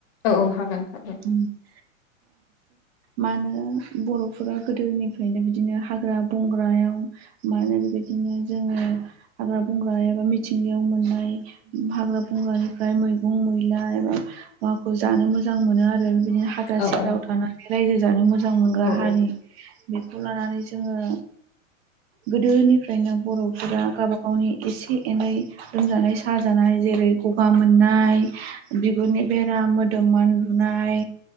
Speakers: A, on the left; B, on the right.
A: औ हागोन हागोन
B: <unintelligible> मानो बर'फोरा गोदोनिफ्रायनो बिदिनो हाग्रा बंग्रायाव मा होनो बेबायदिनो जोङो हाग्रा बंग्रा एबा मिथि सिंगायाव मोननाय हाग्रा बंग्रानिफ्राय मैगं मैला एबा माखौ जानो मोजां मोनो आरो बिदिनो हाग्रा
A: औ
B: सेराव
A: औ
B: थानानै रायजो जानो मोजां मोनग्रा
A: औ
B: हारि बेखौ लानानै जोङो गोदोनिफ्रायनो बर'फोरा गावबा गावनि एसे एनै लोमजानाय साजानाय जेरै गगा मोननाय बिगुरनि बेरा मोदोमोन दुनाय